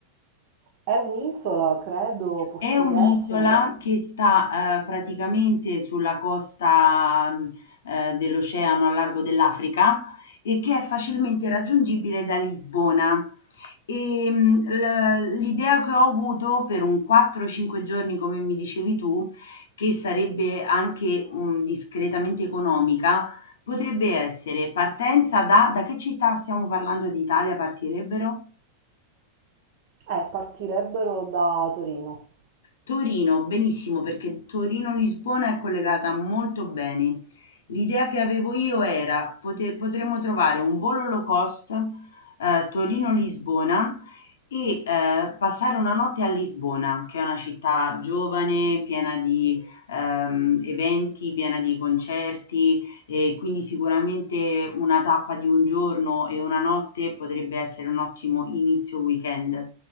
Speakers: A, on the right (about 50°); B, on the left (about 60°).
A: È un'isola, credo, portoghese.
B: È un'isola che sta eh, praticamente sulla costa mh, eh, dell'oceano a largo dell'Africa e che è facilmente raggiungibile da Lisbona. E, mh, l- l'idea che ho avuto per un 4-5 giorni, come mi dicevi tu, che sarebbe anche mh, discretamente economica, potrebbe essere partenza da, da che città stiamo parlando d'Italia partirebbero?
A: Eh, partirebbero da Torino.
B: Torino, benissimo perché Torino-Lisbona è collegata molto bene. L'idea che avevo io era pote- potremmo trovare un volo low cost eh, Torino-Lisbona e eh, passare una notte a Lisbona, che è una città giovane, piena di ehm, eventi, piena di concerti e quindi sicuramente una tappa di un giorno e una notte potrebbe essere un ottimo inizio weekend.